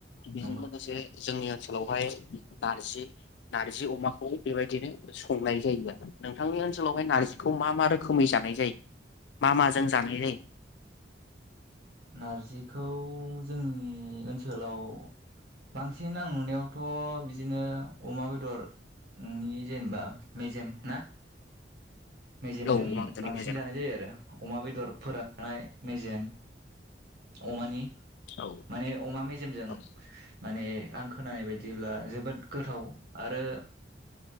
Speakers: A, on the left (about 70°); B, on the right (about 60°).
A: बेजों
B: नंगौ
A: लोगोसे जोंनि ओनसोलावहाय नार्जि नार्जि अमाखौ बेबायदिनो संनाय जायो आरो नोंथांनि ओनसोलावहाय नार्जिखौ मा मा रोखोमै जानाय जायो मा माजों जानाय जायो
B: नारजिखौ जोंनि ओनसोलाव बांसिन आं नुनायावथ' बिदिनो अमा बेदरनि जेनेबा मेजेम ना मेजेमजों
A: औ अमा बेदरनि
B: बांसिन
A: मेजेम
B: जानाय जायो आरो अमा बेदर फोराननाय मेजेम अमानि
A: औ
B: माने अमा मेजेमजों
A: औ
B: माने आं खोनानाय बायदिब्ला जोबोद गोथाव आरो